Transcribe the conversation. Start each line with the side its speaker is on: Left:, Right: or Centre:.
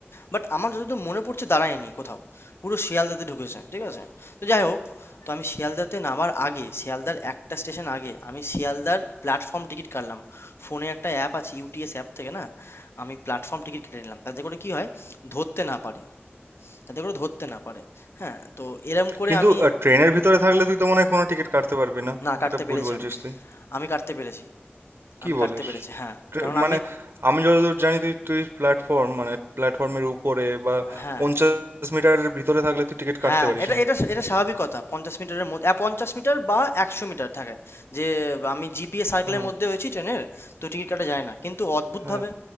Left: বাট আমার যতদূর মনে পড়ছে দাঁড়ায়নি কোথাও পুরো শিয়ালদাতে ঢুকেছে ঠিক আছে তো যাই হোক তো আমি শিয়ালদাতে নামার আগে শিয়ালদার একটা স্টেশন আগে আমি শিয়ালদার প্ল্যাটফর্ম টিকিট কাটলাম ফোনে একটা অ্যাপ আছে ইউটিএস অ্যাপ থেকে না আমি প্ল্যাটফর্ম টিকিট কেটে নিলাম তাতে করে কি হয় ধরতে না পারে যাতে করে ধরতে না পারে হ্যাঁ তো এরম করে
Right: কিন্তু
Left: আমি
Right: আহ, ট্রেনের ভিতরে থাকলে তুই তো মনে হয় কোনো টিকিট কাটতে পারবি না
Left: না কাটতে
Right: এটা ভুল
Left: পেরেছি
Right: বলছিস
Left: আমি
Right: তুই
Left: আমি কাটতে পেরেছি
Right: কি
Left: আমি
Right: বলিস
Left: কাটতে পেরেছি হ্যাঁ
Right: ট্রে-
Left: কারণ
Right: মানে
Left: আমি
Right: আমি যতদূর জানি তুই তুই প্ল্যাটফর্ম মানে প্ল্যাটফর্মের উপরে বা
Left: হ্যাঁ
Right: পঞ্চাশ মিটারের ভিতরে থাকলে তুই টিকিট কাটতে
Left: হ্যাঁ
Right: পারিস
Left: এটা
Right: না
Left: এটা এটা স্বাভাবিক কথা পঞ্চাশ মিটারের মধ্যে আহ, পঞ্চাশ মিটার বা একশো মিটার থাকে যে আমি জিপিএ সার্কেলের
Right: হ্যাঁ
Left: মধ্যে হয়েছি ট্রেনের তো টিকিট কাটা যায় না কিন্তু অদ্ভুতভাবে
Right: হ্যাঁ